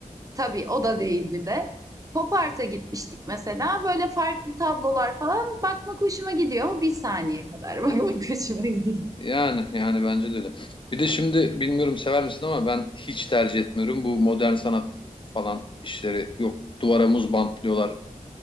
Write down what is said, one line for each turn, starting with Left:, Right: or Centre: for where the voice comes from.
Right: Tabii o da değil bir de. Pop art'a gitmiştik mesela. Böyle farklı tablolar falan bakmak hoşuma gidiyor ama bir saniye kadar <laughs> bakmak hoşuma gidiyor.
Left: Yani yani bence de öyle. Bir de şimdi bilmiyorum sever misin ama ben hiç tercih etmiyorum bu modern sanat falan işleri. Yok duvara muz bantlıyorlar